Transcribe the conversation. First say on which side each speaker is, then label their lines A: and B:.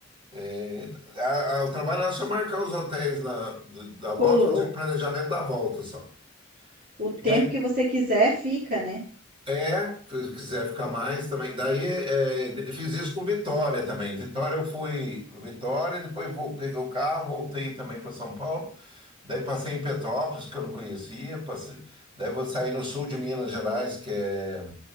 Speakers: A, on the right; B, on the right.
A: É, a- a- o trabalho era só marcar os hotéis lá do- da volta,
B: O,
A: fazer
B: o,
A: o planejamento da volta só.
B: o tempo
A: E daí,
B: que você quiser fica, né?
A: é, se quiser ficar mais também. Daí, é, fiz isso com Vitória também. Vitória, eu fui Vitória, depois vou, peguei o carro, voltei também para São Paulo. Daí, passei em Petrópolis, que eu não conhecia. Passei, daí, vou sair no sul de Minas Gerais, que é.